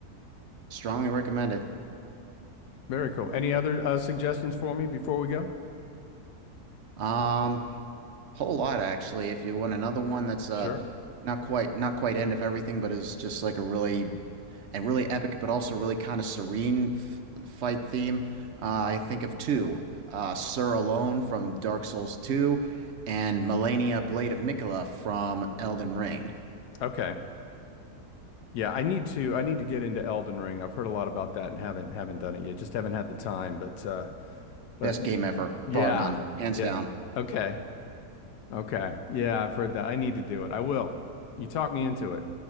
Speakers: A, on the right (about 55°); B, on the left (about 80°).
A: Strongly recommend it.
B: Very cool. Any other uh, suggestions for me before we go?
A: Um Whole lot actually. If you want another one that's
B: Sure.
A: uh not quite not quite end of everything, but is just like a really and really epic, but also really kind of serene f fight theme. Uh, I think of two: uh, Sur Alone from Dark Souls 2, and Melania Blade of Mikula from Elden Ring.
B: Okay. Yeah, I need to I need to get into Elden Ring. I've heard a lot about that and haven't haven't done it yet. Just haven't had the time, but uh but
A: Best game ever,
B: yeah.
A: bar none, hands
B: Yeah.
A: down.
B: Okay. Okay. Yeah, I've heard that. I need to do it. I will. You talk me into it.